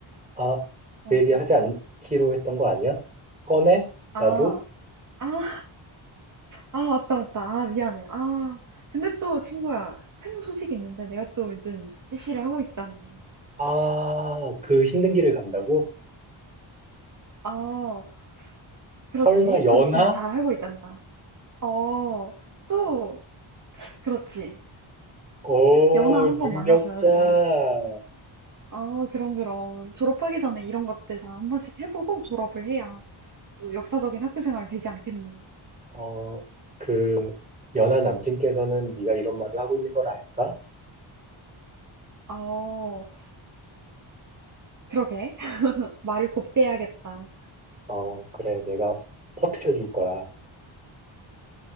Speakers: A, on the right (about 15°); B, on the right (about 40°).
A: 아,
B: 어,
A: 그
B: 어.
A: 얘기 하지 않기로 했던 거 아니야? 꺼내?
B: 아,
A: 나도?
B: 아, 아, 맞다, 맞다. 아, 미안해. 아, 근데 또 친구야, 큰 소식이 있는데 내가 또 요즘 CC를 하고 있잖니.
A: 아, 그 힘든 길을 간다고?
B: 아, 그렇지.
A: 설마 연하?
B: 그렇지만 잘 하고 있단다. 어, 또, 그렇지.
A: 오,
B: 연하 한 번
A: 능력자.
B: 만나줘야지. 아, 그럼, 그럼. 졸업하기 전에 이런 것들 다 한 번씩 해보고 졸업을 해야 또 역사적인 학교 생활 되지 않겠니?
A: 어, 그 연하 남친께서는 네가 이런 말을 하고 있는 걸 알까?
B: 어, 그러게. <laughs> 말을 곱게 해야겠다.
A: 어, 그래, 내가 퍼뜨려 줄 거야.